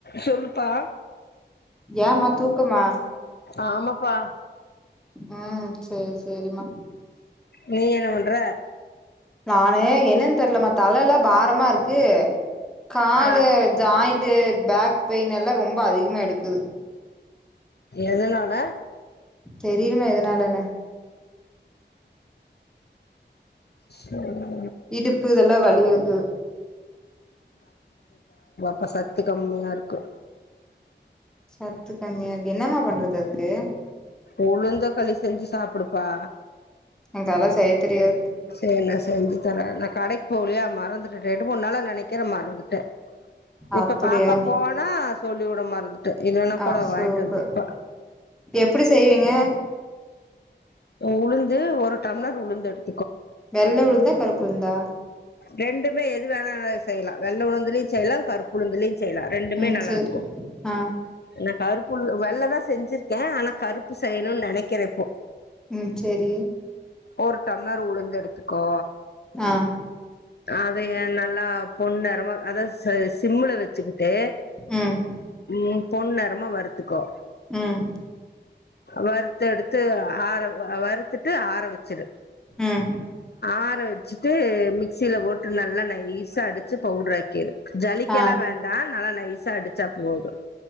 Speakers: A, on the left (about 60°); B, in the centre.
A: சொல்லுபா
B: ஏமா தூக்கமா
A: ஆமாப்பா.
B: ம் சேரி சேரிம்மா
A: நீ என்ன பண்ற
B: நா அ என்னன் தெர்லமா தலல்லா பாரமா இருக்கு. காலூ
A: ஆ
B: ஜாய்ண் டு பேக் பெயின்னெல்லா ரொம்ப அதிகமா எடுக்குது.
A: எதனால?
B: தெரிலமா எதனாலன்னு
A: செரி
B: இடுப்பு இதெல்லா வலிஎடு
A: இப்ப சத்து கம்மியா இருக்கு.
B: சத்து கம்மியா என்னம்மா பண்றது அதுக்கு
A: உளுந்த களி செஞ்சு சாப்பிடுப்பா
B: எனக்கு அதெல்லா செய்ய தெரியாது.
A: சேரி நா செஞ்சு தர. நா கடைக் போலயா மறந்துட்ட ரெண்டு மூணு நாளா நெனைக் கிற மறந்துட்ட
B: அப்டியா
A: இப்ப பாப்பா போனா சொல்லி வுட மறந்துட் இல்லேன்னா
B: ஆ
A: கூட
B: சூப்பர்
A: வாய்ட்டு வந்துப்பா
B: எப்டி செய்வீங்க
A: உளுந்து ஒரு டம்ளர் உளுந்து எடுத்
B: வெள்ள உளுந்தா கருப்புளுந்தா
A: ரெண்டுமே எது வேணால செய்யலா வெள்ள உளுந்திலயு செய்யலா கருப்புளுந்திலயு செய்லா ரெண்டுமே
B: ம்
A: நல்லா
B: சேரி
A: இருக்கு.
B: ஆ
A: ஏனா கருப் புள் வெள்ளதா செஞ்சிர் ஏன் ஆனா கருப்பு செய்யணும்னு நெனக்கிறேன் இப்போ
B: ம் சேரி
A: ஒரு டம்ளர் உளுந்து எடுத்துக்கோ
B: ஆ
A: அது என் நல்லா பொண்ணு நரம அத ச சிம்மில வச்சுக்கிட்டு
B: ம்
A: உம் பொண் நெறமா வறுத்துக்கோ
B: ம்
A: வறுத்தெடுத்து ஆற வறுத்துட்டு ஆர வச்சுரு
B: ம்
A: ஆற வச்சி ட்டு மிக்ஸில போட்டு நல்லா நைஸ்ஸா அடிச்சு பவுடர் ஆக்கிரு ஜலிக்க
B: ஆ
A: எல்லாம் வேண்டாம் நல்ல நைஷா அடிச்சா போதும்